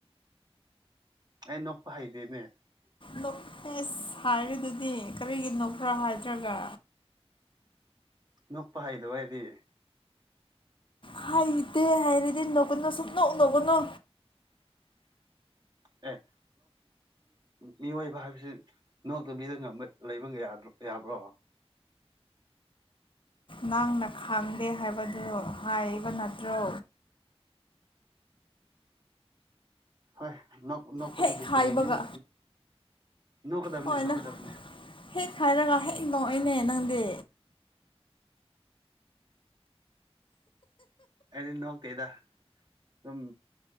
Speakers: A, on the right; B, on the left.
A: ꯑꯩ ꯅꯣꯛꯄ ꯍꯩꯇꯦꯅꯦ
B: ꯅꯣꯛ ꯃꯦꯁ ꯍꯥꯏꯔꯤꯗꯨꯗꯤ ꯀꯔꯤꯒꯤ ꯅꯣꯛꯄ꯭ꯔ ꯍꯥꯏꯗ꯭ꯔꯒ
A: ꯅꯣꯛꯄ ꯍꯩꯇꯕ ꯑꯩꯗꯤ
B: ꯍꯥꯏꯗꯦ ꯍꯩꯔꯗꯤ ꯅꯣꯛꯀꯅꯨ ꯁꯨꯛ ꯅꯣꯛ ꯅꯣꯛꯀꯅꯨ
A: ꯑꯦ ꯃꯤꯑꯣꯏꯕ ꯍꯥꯏꯕꯁꯤ ꯅꯣꯛꯇꯕꯤꯗ ꯂꯩꯕ ꯌꯥ꯭ꯗꯔꯣ ꯌꯥꯕ꯭ꯔꯣ
B: ꯅꯪꯅ ꯈꯪꯗꯦ ꯍꯥꯏꯕꯗꯨ ꯍꯥꯏꯕ ꯅꯠꯇ꯭ꯔꯣ
A: ꯍꯣꯏ ꯅꯣꯛꯄꯗꯤ
B: ꯍꯦꯛ
A: ꯚꯤꯇꯃꯤꯟꯅꯤꯅ
B: ꯍꯥꯏꯕꯒ
A: ꯅꯣꯛꯀꯗꯕꯅꯤ
B: ꯍꯣꯏꯅ
A: ꯅꯣꯛꯀꯗꯕꯅꯤ
B: ꯍꯦꯛ ꯍꯥꯏꯔꯒ ꯍꯦꯛ ꯅꯣꯛꯏꯅꯦ ꯅꯪꯗꯤ
A: ꯑꯩꯗꯤ ꯅꯣꯛꯇꯦꯗ ꯑꯗꯨꯝ